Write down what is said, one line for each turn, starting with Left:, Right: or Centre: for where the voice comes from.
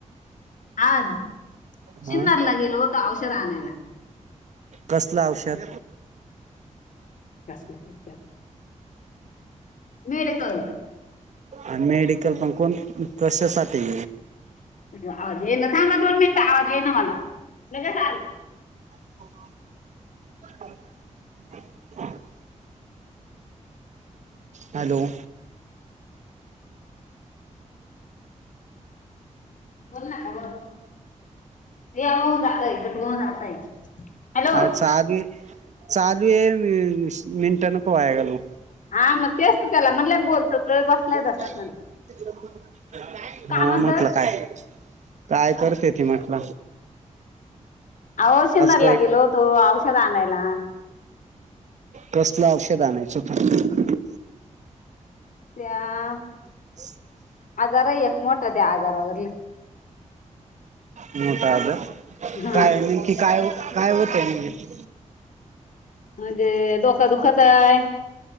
Left: आज
Right: हा
Left: शिन्नर ला गेल होत औषध आणायला.
Right: कसला औषध?
Left: <unintelligible> मेडिकल.
Right: अन मेडिकल पण कोण कशासाठी?
Left: आवाज येईना थांबा दोन मिनिटं आवाज येईना मला लगेच आले.
Right: <inaudible> हॅलो.
Left: बोल ना तव्हर, ते होऊन जातय कट होऊन जातय. हॅलो
Right: अ चा <unintelligible> चालू आहे <unintelligible> मिनट नको वया घालवू.
Left: हा मग तेच त्याला म्हटलं बोलतो. तो
Right: <unintelligible>
Left: बसलाय तसाच का
Right: हा
Left: म्हणतात
Right: म्हटलं काय? काय करते ती म्हटल?
Left: अहो सिन्नरला
Right: काय
Left: गेलो होतो ओ. औषध आणायला.
Right: कसलं औषध आणायचं होत?
Left: त्या
Right: <inaudible>
Left: आजार आहे मोठ त्या आजारावरले.
Right: मोठा आजार,
Left: हा
Right: काय नेमकी काय- काय होतय मम्हणे?
Left: म्हणजे डोकां दुखत आहे,